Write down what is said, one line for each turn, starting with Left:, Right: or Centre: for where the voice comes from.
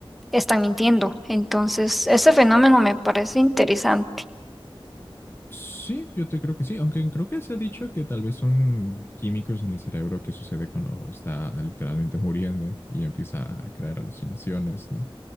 Centre: están mintiendo. Entonces, ese fenómeno me parece interesante.
Left: Sí, yo te creo que sí, aunque creo que se ha dicho que tal vez son químicos en el cerebro que sucede cuando está literalmente muriendo y empieza a crear alucinaciones, ¿no?